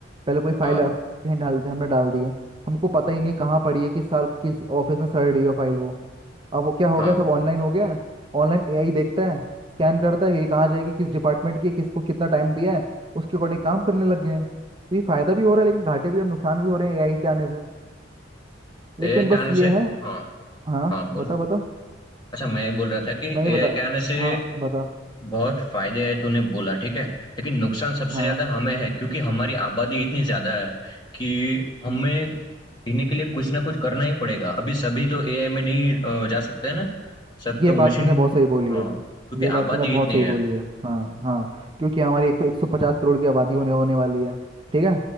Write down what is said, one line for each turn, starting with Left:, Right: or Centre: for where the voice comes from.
Right: पहले कोई फाइल
Left: हाँ
Right: कहीं डालते हमने डाल दी है हमको पता ही नहीं कहाँ पड़ी है किस साल किस ऑफिस में सड़ रही है फाइल वो अब वो क्या हो
Left: हाँ
Right: गया
Left: हाँ
Right: सब ऑनलाइन हो गया है ऑनलाइन एआई देखता है स्कैन करता है ये कहाँ जाएगी किस डिपार्टमेंट की है, किसको कितना टाइम दिया है उसके अकॉर्डिंग काम करने लग गए हैं तो ये फायदा भी हो रहा है लेकिन घाटे भी और नुकसान भी हो रहे हैं एआई के आने से लेकिन
Left: एआई के
Right: बस
Left: आने
Right: ये
Left: से
Right: है
Left: हाँ
Right: हाँ
Left: हाँ बोल
Right: बता बता
Left: अच्छा मैं बोल रहा था कि
Right: मैं ये
Left: एआई
Right: बता
Left: के आने से
Right: हाँ बता
Left: बहुत फायदे हैं तूने बोला ठीक है लेकिन नुकसान सबसे
Right: हाँ
Left: ज्यादा हमें है क्योंकि हमारी आबादी इतनी ज्यादा है कि हमें
Right: हम्म
Left: जीने के लिए कुछ ना कुछ करना ही पड़ेगा अभी सभी तो एआई में नहीं अ, जा सकते हैं ना सब
Right: ये
Left: तो
Right: बात
Left: मशीन
Right: तूने बहुत सही बोली
Left: हाँ
Right: है
Left: क्योंकि
Right: ये बात
Left: आबादी
Right: तूने बहुत
Left: इतनी
Right: सही
Left: है
Right: बोली है
Left: हाँ
Right: हाँ हाँ क्योंकि हमारी एक तो 150 करोड़ की आबादी होने होने वाली है ठीक है